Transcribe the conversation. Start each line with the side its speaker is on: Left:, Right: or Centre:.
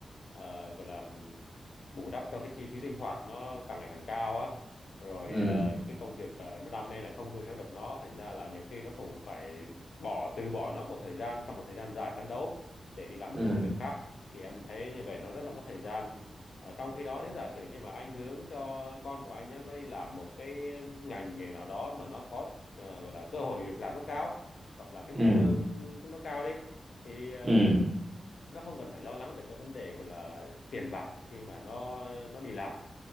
Left: ờ, gọi là bù đắp cho cái chi phí sinh hoạt nó càng ngày càng cao á rồi
Right: ừ
Left: ờ, cái công việc ờ, nó đam mê lại không nuôi sống được nó thành ra là nhiều khi nó cũng phải bỏ từ bỏ nó một thời gian sau một thời gian dài phấn đấu để đi làm
Right: ừ
Left: cái công việc khác thì em thấy như vậy nó rất là mất thời gian Ờ, trong khi đó nếu giả sử như mà anh hướng cho con của anh á, nó đi làm một cái ngành nghề nào đó mà nó có ờ, gọi là cơ hội việc làm nó cao hoặc là cái mức
Right: ừ
Left: lương nó cao đi thì ờ,
Right: ừ
Left: nó không cần phải lo lắng về cái vấn đề gọi là tiền bạc khi mà nó nó đi làm